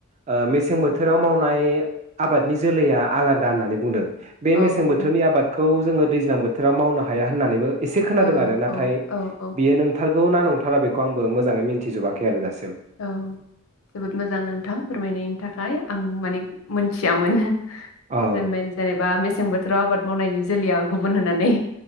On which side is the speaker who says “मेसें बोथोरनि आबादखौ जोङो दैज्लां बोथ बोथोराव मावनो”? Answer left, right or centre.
Right